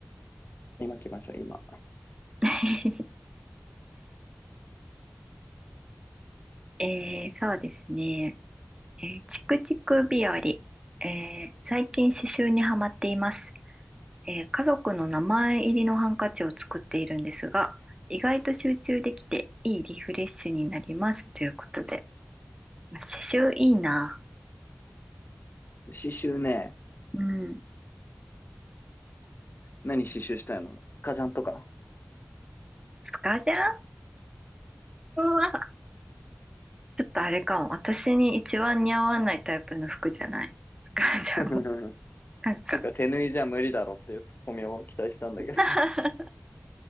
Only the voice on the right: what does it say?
<laughs> えー、そうですね。えーチクチク日和、えー最近刺繍にはまっています、えー家族の名前入りのハンカチを作っているんですが、意外と集中できていいリフレッシュになりますということで。まあ刺繍いいな。
うん。
スカジャンは、ちょっとあれかも。私に一番似合わないタイプの服じゃない。スカジャンも。
なんか、
<laughs>